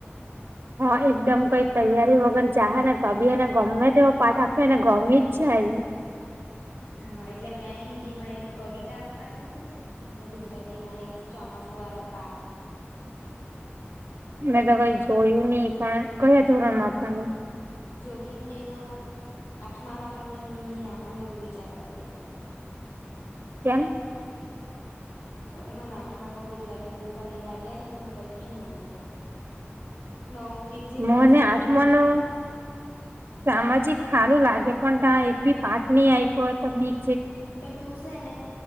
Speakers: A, on the right; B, on the left.
A: હા એકદમ કઈ તૈયારી વગર જાહે ને તોબી એને ગમે તે પાઠ આપે ને ગમી જ જાય.
B: હા એટલે મેં હિન્દી માં એક કવિતા આપવાની છે. ગુજરાતી માં એક ચોમાસુ વારો પાઠ
A: મેં તો કઈ જોયું નહી પણ કયા ધોરણ મા આપવાની
B: જો હિન્દી નો આઠમામા તો મેં ની આપું એવું વિચાર કરતી છે.
A: કેમ?
B: મને આઠમાનું ગુજરાતી બહુ ભારી લાગે ને મને કઈ બી ની આ આવડે ને મિનિટ જે
A: મને
B: વસ્તુ
A: આઠમાનું
B: બી ની મલે
A: સામાજિક હારું લાગે પણ ત્યા એક થી પાચ નહી આપ્યો હોય તો બી
B: તો તું છે ને